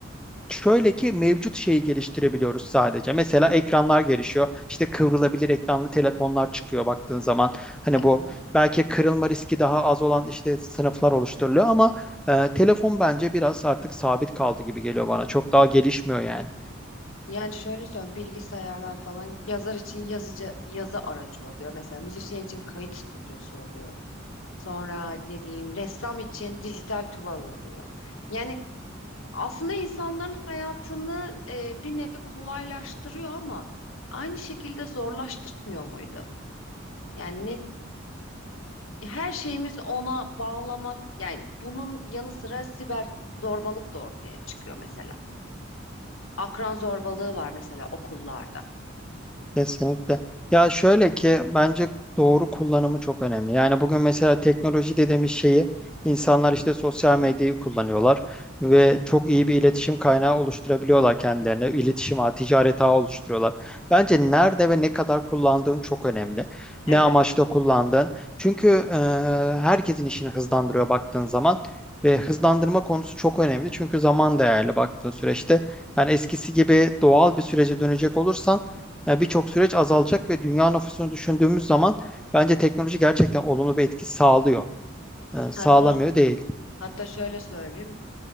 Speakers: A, in the centre; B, on the left.
A: şöyle ki mevcut şeyi geliştirebiliyoruz sadece. Mesela ekranlar gelişiyor. İşte kıvrılabilir ekranlı telefonlar çıkıyor baktığın zaman. Hani
B: Evet.
A: bu belki kırılma riski daha az olan işte sınıflar oluşturuluyor ama e, telefon bence biraz artık sabit kaldı gibi geliyor bana. Çok daha gelişmiyor yani.
B: Yani şöyle söyleyeyim bilgisayarlar falan yazar için yazıcı yazı aracı oluyor. Mesela müzisyen için kayıt stüdyosu oluyor. Sonra ne diyeyim ressam için dijital tuval oluyor. Yani aslında insanların hayatını e, bir nevi kolaylaştırıyor ama aynı şekilde zorlaştırmıyor muydu? Yani ne, her şeyimiz ona bağlamak yani bunun yanı sıra siber zorbalık da ortaya çıkıyor mesela. Akran zorbalığı var mesela okullarda.
A: Kesinlikle. Ya şöyle ki bence doğru kullanımı çok önemli. Yani bugün mesela teknoloji dediğimiz şeyi insanlar işte sosyal medyayı kullanıyorlar ve çok iyi bir iletişim kaynağı oluşturabiliyorlar kendilerine. İletişim ağı, ticaret ağı oluşturuyorlar. Bence nerede ve ne kadar kullandığın çok önemli.
B: Evet.
A: Ne amaçla kullandığın. Çünkü e, herkesin işini hızlandırıyor baktığın zaman. Ve hızlandırma konusu çok önemli. Çünkü zaman değerli baktığın süreçte. Yani eskisi gibi doğal bir sürece dönecek olursan yani birçok süreç azalacak ve dünya nüfusunu düşündüğümüz zaman bence teknoloji gerçekten olumlu bir etki sağlıyor. E, sağlamıyor
B: Hatta
A: değil.
B: hatta şöyle söyleyeyim.